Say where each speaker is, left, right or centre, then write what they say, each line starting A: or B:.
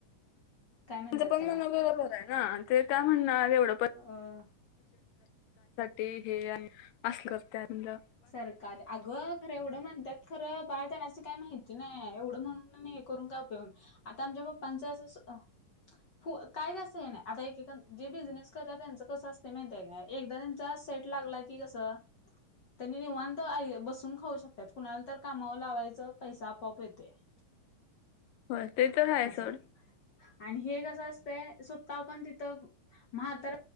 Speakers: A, on the left; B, on the left.
A: काय म्हणतात
B: तचं पण
A: त्याला
B: म्हणणं बर बर ना, ते काय म्हणण आ, एवढं पण
A: अ
B: ते हे, असल करते, आपलं.
A: सरकार, अगं खरं एवढं म्हणत्यात खरं, बाहेर जाण्याचं काही माहिती नाही, एवढं म्हण, हे करून का पेन आता आमच्या पप्पाच असं फ काय जासं हे नाय, आता एक-एक, जे बिझनेस करतात, त्यांच कसं असतय माहिती का? एकदा त्यांचा, सेट लागला की, कसं त्यांनी निवांत अई, बसून खाऊ शकतात, कुणाला तर कामावर लावायचं, पैसा आपआप येतोय. <unintelligible>
B: हो, ते तर हाये,
A: असं
B: सोड.
A: आणि हे कसं असतंय, स्वत पण तिथ म्हातार